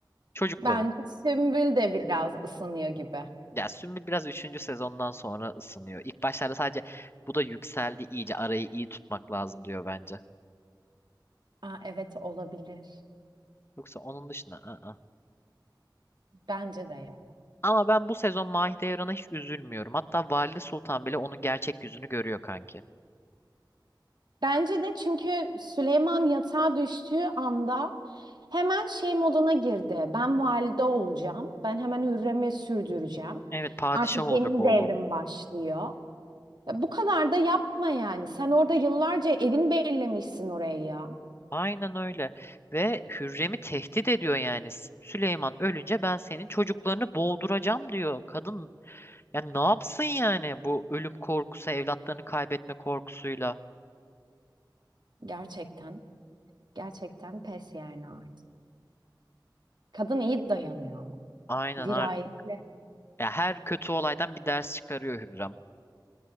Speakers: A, on the left; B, on the right.
A: Çocukları.
B: bence Sümbül de biraz ısınıyor gibi.
A: Ya Sümbül biraz üçüncü sezondan sonra ısınıyor. İlk başlarda sadece bu da yükseldi iyice arayı iyi tutmak lazım diyor bence.
B: Aa, evet olabilir.
A: Yoksa onun dışında ı-ı.
B: Bence de ya.
A: Ama ben bu sezon Mahidevran'a hiç üzülmüyorum. Hatta Valide Sultan bile onun gerçek yüzünü görüyor kanki.
B: Bence de çünkü Süleyman yatağa düştüğü anda hemen şey moduna girdi. Ben valide olacağım. Ben hemen Hürrem'i sürdüreceğim.
A: Evet padişah
B: Artık
A: olacak
B: benim
A: oğlum.
B: devrim başlıyor. Ya bu kadar da yapma yani. Sen orada yıllarca evin bellemişsin orayı ya.
A: Aynen öyle. Ve Hürrem'i tehdit ediyor yani. S- Süleyman ölünce ben senin çocuklarını boğduracağım diyor. Kadın yani ne yapsın yani bu ölüm korkusu, evlatlarını kaybetme korkusuyla.
B: Gerçekten. Gerçekten pes yani artık. Kadın iyi dayanıyor ama.
A: Aynen
B: Dirayetli.
A: artık. Ya her kötü olaydan bir ders çıkarıyor Hürrem.